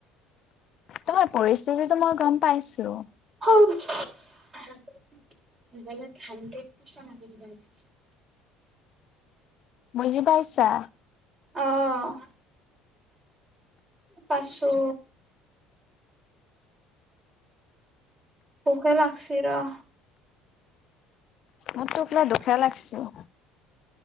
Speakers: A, on the left (about 50°); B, on the right (about 25°).
A: তোমাৰ পৰিস্থিতিটো মই গম পাইছো।
B: হ <unintelligible> হ্ৰেড পচে আ <unintelligible>
A: বুজি পাইছা
B: আহ পাচু পোকে লাগছে ৰ
A: মোৰটো কিবা দুখীয়া লাগিছিল